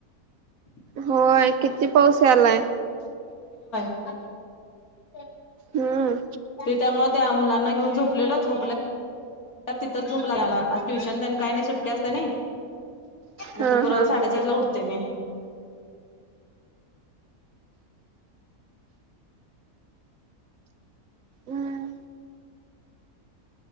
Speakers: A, on the left; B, on the right.
A: <unintelligible>
B: होय किती पाऊस यालाय.
A: <unintelligible>
B: हम्म
A: ते त्यामुळ त्या मुलांना घेऊन झोपलेलं झोपल्या. तर तिथंच झोप लागला. आज ट्युशन त्यां काही नाही सुट्टी असतं ना. नंतर
B: हा
A: बरोबर साडेचार ला उठतोय मी.
B: हा.